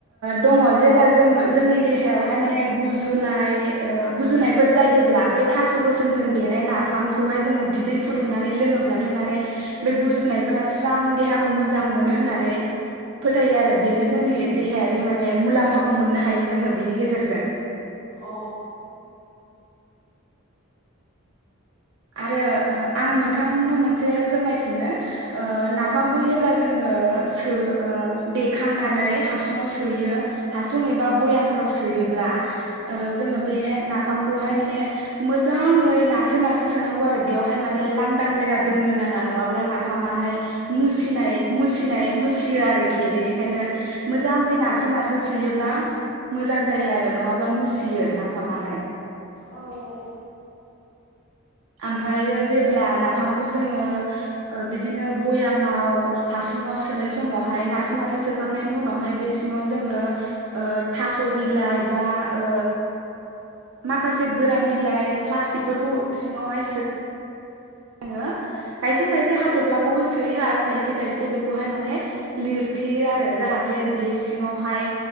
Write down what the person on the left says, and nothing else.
अ
दे
बुं
औ औ